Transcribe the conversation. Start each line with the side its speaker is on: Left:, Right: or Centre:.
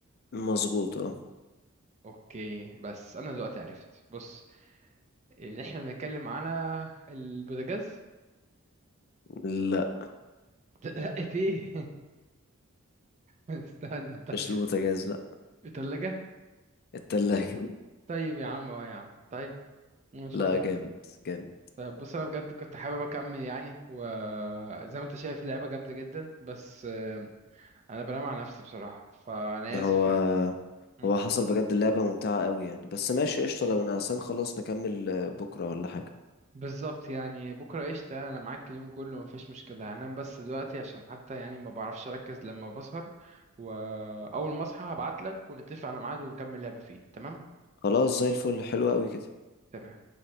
Left: مظبوط اه
Right: أوكي بس أنا دلوقتي عرفت بص إن إحنا بنتكلم على البوتاجاز
Left: لا
Right: <laughs> لقيت إيه؟ <laughs> استنى طيب
Left: مش البوتاجاز لا
Right: التلاجة
Left: التلاجة
Right: طيب يا عم أه يا عم طيب أنا شاطر
Left: لا جامد
Right: أهو.
Left: جامد
Right: طيب بص انا بجد كنت حابب اكمل يعني وزي ما انت شايف اللعبه جامده جدا بس آم، انا بنام على نفسي بصراحه فانا
Left: ما
Right: اسف
Left: هو
Right: يعني مم.
Left: هو حصل بجد اللعبة ممتعة قوي يعني بس ماشي قشطة لو نعسان خلاص نكمل آه، بكرة ولا حاجة
Right: بالظبط يعني بكره قشطه انا معاك اليوم كله مفيش مشكله هنام بس دلوقتي عشان حتى يعني ما بعرفش اركز لما بسهر واول ما اصحى هبعت لك ونتفق على ميعاد ونكمل لعبه فيه تمام
Left: خلاص زي الفل حلو قوي كده
Right: تمام